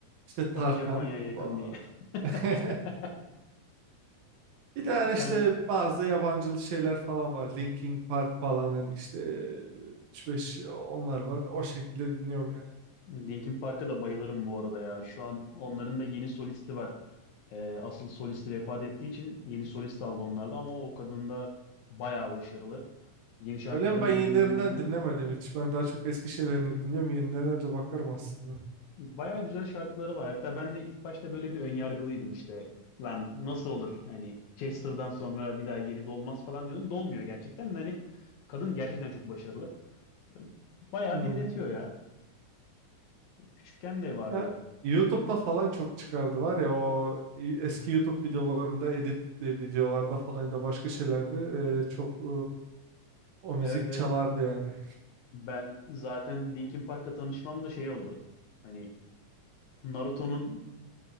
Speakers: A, on the right; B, on the left.
A: İşte Tarkan.
B: o da Japonya'ya yakın
A: o-
B: diye. <laughs>
A: <laughs> Bir de hani
B: Ha
A: işte
B: sen
A: bazı yabancılı şeyler falan var. Linkin Park falan hani işte üç beş onlar var. O şekilde dinliyorum yani.
B: Linkin Park'a da bayılırım bu arada ya. Şu an onların da yeni solisti var. Ee, asıl solisti vefat ettiği için yeni solist aldı onlarda ama o kadın da bayağı başarılı. Yeni şarkılarını
A: Öyle mi? Ben yenilerinden
B: dinlediğimi bilmiyorum.
A: dinlemedim hiç. Ben daha çok eski şeylerini dinliyorum. Yenilerine de bakarım aslında.
B: Baya güzel şarkıları var. Hatta ben de ilk başta böyle bir önyargılıydım işte. Lan nasıl olur? Hani Chester'dan sonra bir daha yeri dolmaz falan diyordum. Dolmuyor gerçekten. de Hani kadın gerçekten çok başarılı. Baya
A: Hmm.
B: dinletiyor ya. Küçükken de vardı.
A: Ya, YouTube'da falan çok çıkardı var ya o eski YouTube videolarında editli videolarda falan ya da başka şeylerde e, çok e, o müzik
B: Evet evet.
A: çalardı yani.
B: Ben zaten Linkin Park'la tanışmam da şey oldu. Hani Naruto'nun